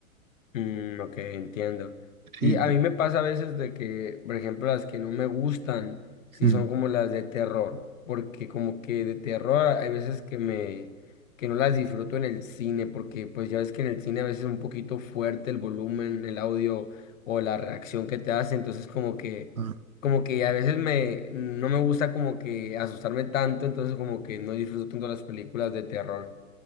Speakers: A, on the left; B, on the right.
A: Mm, ok, entiendo. Sí,
B: Sí,
A: a mí me pasa a veces de que, por ejemplo, las que no me gustan, sí
B: mm.
A: son como las de terror, porque como que de terror hay veces que me, que no las disfruto en el cine, porque pues ya ves que en el cine a veces es un poquito fuerte el volumen, el audio o la reacción que te hace, entonces como que,
B: ah.
A: como que a veces me, no me gusta como que asustarme tanto, entonces como que no disfruto tanto las películas de terror.